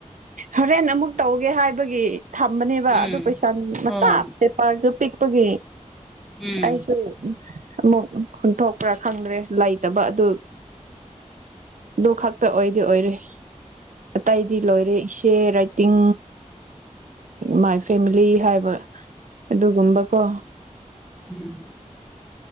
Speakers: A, on the right (about 85°); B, in the centre.
A: ꯍꯣꯔꯦꯟ ꯑꯃꯨꯛ ꯇꯧꯒꯦ ꯍꯥꯏꯕꯒꯤ ꯊꯝꯕꯅꯦꯕ
B: ꯎꯝ
A: ꯑꯗꯨ ꯄꯩꯁꯥ ꯃꯆꯥ
B: ꯑꯣ
A: ꯄꯦꯄꯥꯔꯁꯨ ꯄꯤꯛꯄꯒꯤ
B: ꯎꯝ
A: ꯑꯩꯁꯨ ꯑꯃꯨꯛ ꯍꯨꯟꯊꯣꯛꯄ꯭ꯔꯥ ꯈꯪꯗ꯭ꯔꯦ ꯂꯩꯇꯕ ꯑꯗꯨ ꯑꯗꯨ ꯈꯛꯇ ꯑꯣꯏꯗꯤ ꯑꯣꯏꯔꯦ ꯑꯇꯩꯗꯤ ꯂꯣꯏꯔꯦ ꯏꯁꯦ ꯇꯤꯡ ꯃꯥꯏ ꯐꯦꯃꯤꯂꯤ ꯍꯥꯏꯕ ꯑꯗꯨꯒꯨꯝꯕꯀꯣ
B: ꯎꯝ